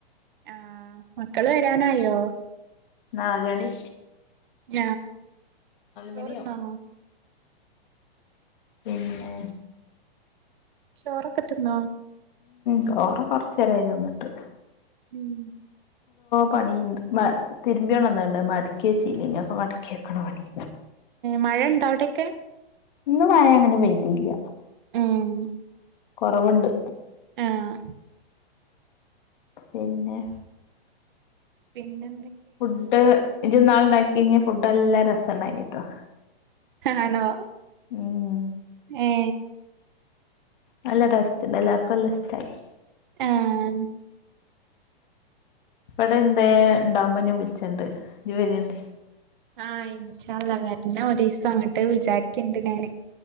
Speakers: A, on the right (about 55°); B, on the left (about 55°).
A: ആഹ മക്കള് വരാനായോ
B: നാലാണി
A: ഹ ചോർ
B: മണിയാവും
A: ന്നോ
B: പിന്നെ
A: ചോറൊക്കെ തിന്നോ
B: ചോറൊക്കെ കൊറച്ചേരായി തിന്നിട്ട്
A: ഉം
B: പണിയണ്ട് തിരുമ്പിയണന്നുണ്ട് മടക്കിയച്ചീലൊക്കെ മടക്കി വക്കണ പണി
A: മഴ ഉണ്ട അവിടെയൊക്കെ
B: ഇന്ന് മഴ അങ്ങനെ പഴുതിയില്ല
A: ഉം
B: കുറവുണ്ട്
A: ആഹ
B: പിന്നെ
A: പിന്നെ
B: ഫുഡ് ഇജ്ജ് ഇന്നാൾ ണ്ടാക്കീനെ ഫുഡ്‌ നല്ല രസണ്ടായീനി ട്ടോ
A: ആണോ
B: ഉം
A: ഏ
B: നല്ല ടേസ്റ്റ് ണ്ടായി എല്ലർക്കുംനല്ല ഇഷ്ടായി
A: ആഹ
B: ഇവിടെ എന്താ ഇണ്ടാവുമ്പോ വിളിച്ചണ്ട് ഇനി വരണ്ടി
A: ആഹ ഇന്ഷാ അല്ലാഹ് വഞ്ഞ ഒരു ദിവസം അങ്ങിട്ട് വിചാരിക്കണ്ട് ഞാന്